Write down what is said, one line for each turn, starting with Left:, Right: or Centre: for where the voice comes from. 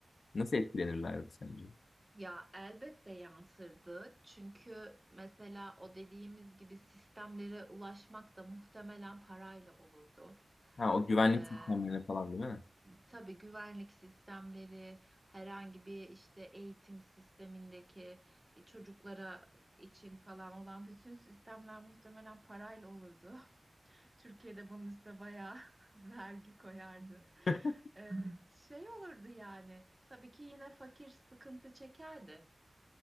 Left: Nasıl etkilenirlerdi sence?
Right: Ya elbette yansırdı. Çünkü mesela o dediğimiz gibi sistemlere ulaşmak da muhtemelen parayla olurdu.
Left: Ha, o güvenlik
Right: Ee,
Left: sistemlerine falan değil mi?
Right: tabii güvenlik sistemleri, herhangi bir işte eğitim sistemindeki e, çocuklara için falan olan bütün sistemler muhtemelen parayla olurdu. <laughs> Türkiye'de bunun üstüne bayağı <laughs> vergi koyardı.
Left: <laughs>
Right: Ee, şey olurdu yani. Tabii ki yine fakir sıkıntı çekerdi.